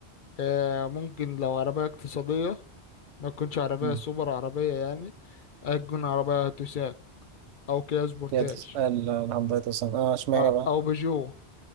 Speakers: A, on the left; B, on the right.
A: آه ممكن لو عربيه اقتصاديه ما تكونش عربيه
B: مم.
A: سوبر عربيه يعني تكون عربيه توسان او كيا سبورتاج
B: هي تسأل الهنداي توسان اه اشمعنى
A: آه،
B: بقى؟
A: او بيجو